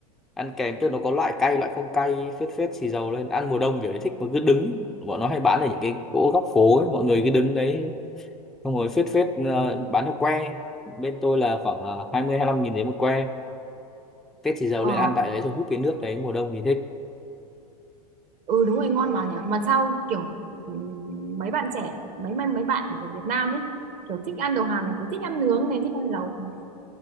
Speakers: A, in the centre; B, on the right (about 40°).
A: ăn kèm tức nó có loại cay loại không cay phết phết xì dầu lên ăn mùa đông kiểu ấy thích mà cứ đứng bọn nó hay bán ở những cái chỗ góc phố ấy mọi người cứ đứng đấy xong rồi phết phết ờ, bán theo que bên tôi là khoảng ờ, hai mươi hai mươi lăm nghìn đến một que phết xì dầu
B: ờ,
A: lên ăn tại đấy rồi húp cái nước đấy mùa đông thì thích
B: ừ đúng rồi ngon mà nhỉ mà sao kiểu ừ, mấy bạn trẻ mấy mấy mấy bạn ở Việt Nam ấy kiểu thích ăn đồ Hàn này kiểu thích ăn nướng này thích ăn lẩu này